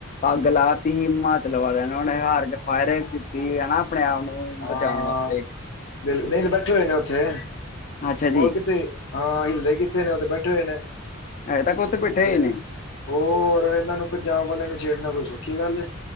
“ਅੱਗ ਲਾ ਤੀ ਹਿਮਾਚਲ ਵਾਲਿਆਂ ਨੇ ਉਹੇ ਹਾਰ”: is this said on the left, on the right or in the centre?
Left